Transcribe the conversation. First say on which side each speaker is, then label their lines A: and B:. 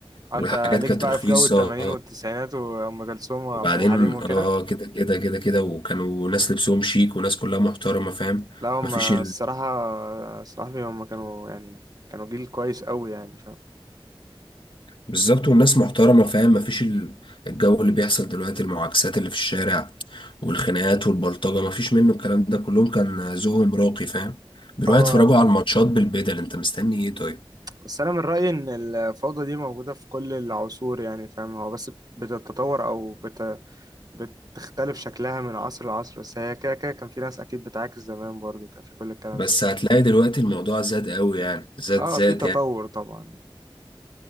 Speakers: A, on the right; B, on the left.
A: آه،
B: والحاجات
A: انت ليك
B: كانت
A: بقى
B: رخيصة
A: في جو التمانين والتسعينات وام كلثوم وعبد
B: وبعدين
A: الحليم وكده
B: اه كده كده كده كده وكانوا ناس لبسهم شيك وناس كلها محترمة فاهم
A: لا هم
B: مفيش
A: الصراحة صاحبي هم كانوا يعني كانوا جيل كويس قوي يعني فاهم
B: بالظبط والناس محترمة فاهم مفيش ال- الجو اللي بيحصل دلوقتي المعاكسات اللي في الشارع والخناقات والبلطجة مفيش منه الكلام ده كلهم كان ذوقهم راقي فاهم بيروحوا
A: اه
B: يتفرجوا على الماتشات بالبدل انت مستني ايه طيب
A: بس انا من رايي ان الفوضى دي موجوده في كل العصور يعني فاهم هو بس بتتطور او بت بتختلف شكلها من عصر لعصر بس هي كده كده كان في ناس اكيد بتعاكس زمان برضو كان في كل الكلام
B: بس
A: ده
B: هتلاقي دلوقتي الموضوع زاد قوي يعني زاد
A: اه
B: زاد
A: في تطور
B: يعني
A: طبعا